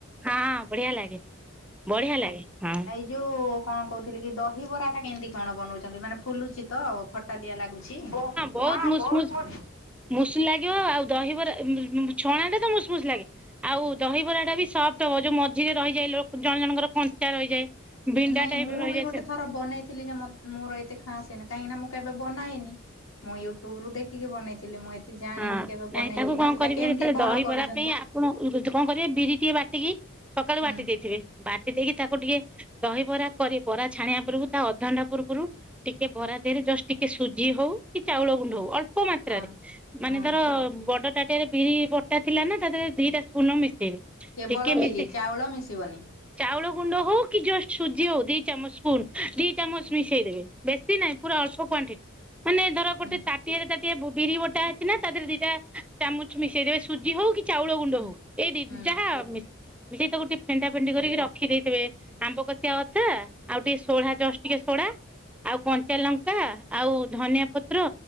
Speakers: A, in the centre; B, on the left.
A: ହଁ ବଢିଆ ଲାଗେ ବଢିଆ ଲାଗେ ହଁ।
B: ଯଉ କଣ କହୁଥିଲି କି ଦହିିବରାଟା କେମିତି କଣ ବନଉଚନ୍ତି ମାନେ ଫୁଲୁଚି ତ ଖ ତାଲିଆ ଲାଗୁଚି ବ-
A: ବହୁତ
B: ହଁ
A: ମୁସ୍
B: ବହୁତ୍
A: ମୁସ୍
B: ବହୁ
A: ମୁସ୍ ଲାଗିବ ଆଉ ଦହିବରା- ଛଣା ଟା ତ ମୁସ୍ ମୁସ୍ ଲାଗେ ଆଉ ଦହିବରାଟା ବି ସଫ୍ଟ୍ ତ ଯଉ ମଝିରେ ରହିଯାଏ ଲୋ-ଜଣେ ଜଣଙ୍କର କଞ୍ଚା ରହିଯାଏ ବିଣ୍ଡା
B: ନାଇଁ
A: ଟାଇପ୍
B: ମୁଁ
A: ରହିଯାଏ
B: ବି ଗୋଟେ
A: ସେ
B: ଥର ବନେଇଥିଲି ଯେ ମ-ମୋର ଏତେ ଖାସ୍ ହେଇନି କାହିଁକି ନା ମୁଁ କେବେ ବନାଏନି। ମୁଁ ୟୁଟ୍ୟୁବ୍ ରୁ ଦେଖିକି ବନେଇଥିଲି ମୁଁ ଏତେ ଜାଣିନି
A: ହଁ
B: କେବେ
A: ନାଇଁ
B: ବନେଇନି
A: ତାକୁ
B: ନା
A: କଣ
B: ସେଟା
A: କରିବେ
B: କେମିତି
A: ଯେତେବେଳେ
B: କଣ
A: ଦହିବରା
B: କରୁଚନ୍ତି?
A: ପାଇଁ ଆପଣ କଣ କରିବେ ବିରି ଟିକେ ବାଟିକି ସକାଳୁ
B: ହୁଁ
A: ବାଟି ଦେଇଥିବେ ବାଟି ଦେଇକି ତାକୁ ଟିକେ ଦହିବରା କରି ବରା ଛାଣିବା ପୂର୍ବରୁ ତା ଅଧଘଣ୍ଟା ପୂର୍ବରୁ ଟିକେ ବରା ଦେହରେ ଜଷ୍ଟ୍ ଟିକେ ସୁଜି ହଉ କି ଚାଉଳ ଗୁଣ୍ଡ
B: ହୁଁ
A: ହଉ ଅଳ୍ପ ମାତ୍ରାରେ
B: ହଁ
A: ମାନେ
B: ହଁ
A: ଧର ବଡ ତାଟିଆରେ ବିରି ବଟା ଥିଲା ନା ତାଦେହରେ ଦିଟା ସ୍ପୁନ୍ ମିଶେଇବି।
B: କେବଳ
A: ଟିକେ
B: ବିରି
A: ମିଶି
B: ଚାଉଳ ମିଶିବନି।
A: ଚାଉଳ ଗୁଣ୍ଡ ହଉ କି ଜଷ୍ଟ୍ ସୁଜି ହଉ ଦି ଚାମଚ୍ ସ୍ପୁନ୍ ଦି ଚାମଚ୍
B: ହୁଁ
A: ମିଶେଇଦେବେ। ବେଶୀ ନାହିଁ ପୁରା ଅଳ୍ପ କ୍ଵାଣ୍ଟିଟି ମାନେ ଧର ଗୋଟେ
B: ହୁଁ ହୁଁ
A: ତାଟିଆରେ ତାଟିଏ ବିରି ବଟା ଅଛି କିନା ତା ଦେହରେ ଦିଟା ଚାମଚ୍ ମିଶେଇଦେବେ ସୁଜି ହଉ କି ଚାଉଳ ଗୁଣ୍ଡ
B: ହୁଁ
A: ହଉ ଏଇ ଦି
B: ହୁଁ
A: ଯାହା ମିଶେ ବିରି ତକୁ ଗୋଟେ ଫେଣ୍ଟା ଫେଣ୍ଟି କରିକି ରଖି ଦେଇଥିବେ। ଆମ୍ବ କଷିଆ ଅଦା ଆଉ ଟିକେ ସୋଢା ଜଷ୍ଟ୍ ଟିକେ ସୋଢା ଆଉ କଞ୍ଚା ଲଙ୍କା
B: ହଁ।
A: ଆଉ ଧନିଆ ପତ୍ର